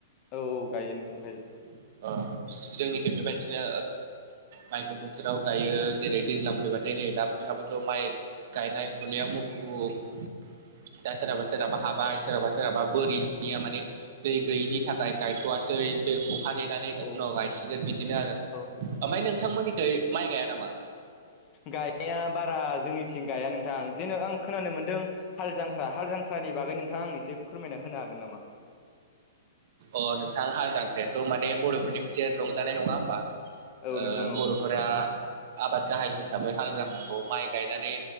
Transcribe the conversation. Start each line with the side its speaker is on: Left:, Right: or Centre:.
Left: औ औ गायो नोंथां गायो।
Right: <inaudible> जोंनिखि बेबायदिनो माइखौ बोथोराव गायो। जेरै दैज्लां फैबाथाय नै दा बयहाबोथ' माइ गायनाय फुनायाव मुखुब। दा सोरहाबा सोरहाबा हाबाय। सोरहाबा सोरहाबा बोरि हानिया माने दै गैयिनि थाखाय गायथ'वसै। दैखौ हा ग्लिनानै
Left: औ
Right: उनाव गायसिगोन बिदिनो आरो
Left: औ
Right: ओमफ्राय नोंथांमोननिखै माइ गाया नामा?
Left: गाइा बारा जोंनिथिं गाया नोंथां। जेन' आं खोनानो मोनदों हाल जांख्रा हाल जांख्रानि बागै नोंथाङा आंनो एसे फोरमायना होनो हागोन नामा?
Right: अ नोंथां हाल जांख्रायाथ' माने बर'फोरनि मोनसे रंजानाय नङा होमबा। ओ
Left: औ नोंथां औ
Right: बर' फोर आबाद गाहाय हिसाबै हाल जांख्राखौ माइ गायनानै